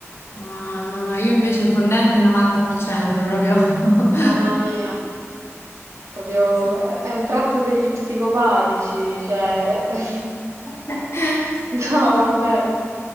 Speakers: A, on the left (about 55°); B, on the right (about 80°).
A: ah, no, no, io invece fondente 90% proprio.
B: Mamma
A: <laughs>
B: mia, proprio
A: Sì.
B: è, è un tratto degli psicopatici, cioè... <laughs>
A: <laughs>
B: No, vabbè.